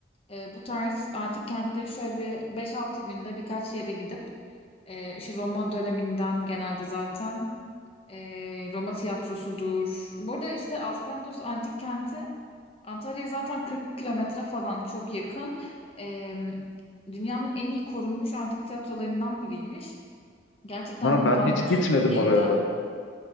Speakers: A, on the left; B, on the left.
A: E, bu tarz antik kentleri şöyle bir beş altı günde birkaç yere gidip e, işte Roma döneminden genelde zaten e, Roma tiyatrosudur. Burada işte Aspendos antik kenti Antalya'ya zaten 40 kilometre falan çok yakın. E, dünyanın en iyi korunmuş antik tiyatrolarından biriymiş. Gerçekten
B: Ama
A: bunu
B: ben
A: da anlıyorsun
B: hiç gitmedim
A: gittiğinde.
B: orada.